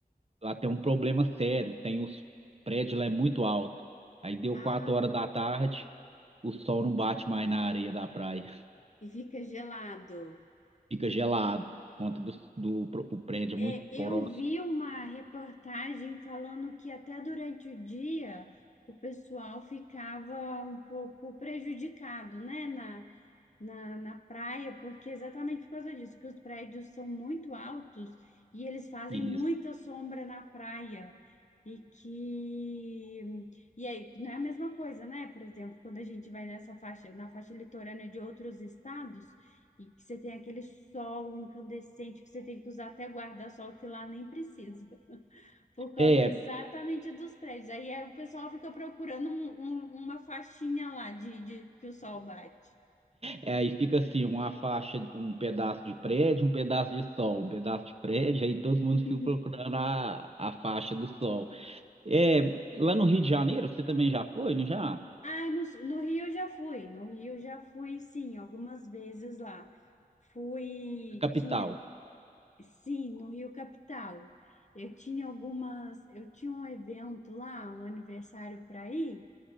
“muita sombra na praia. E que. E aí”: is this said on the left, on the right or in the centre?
Left